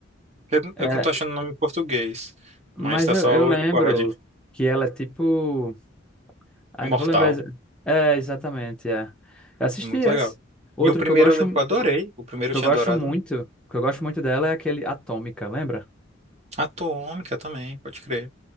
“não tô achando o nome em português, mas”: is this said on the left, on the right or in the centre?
Right